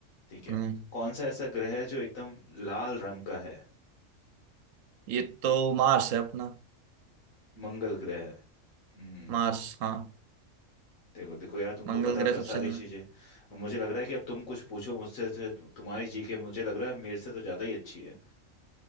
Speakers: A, on the left; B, on the right.
A: ठीक है
B: हम्म
A: कौन सा ऐसा ग्रह है जो एकदम लाल रंग का है
B: ये तो मार्स है अपना
A: मंगल ग्रह हम्म
B: मार्स हाँ
A: देखो देखो यार तुमको
B: मंगल
A: पता
B: ग्रह
A: तो है सारी
B: सबसे
A: चीजें
B: गर्म
A: अब मुझे लग रहा है कि अब तुम कुछ पूछो मुझसे तो तुम्हारी जीके मुझे लग रहा है मेरे से तो ज्यादा ही अच्छी है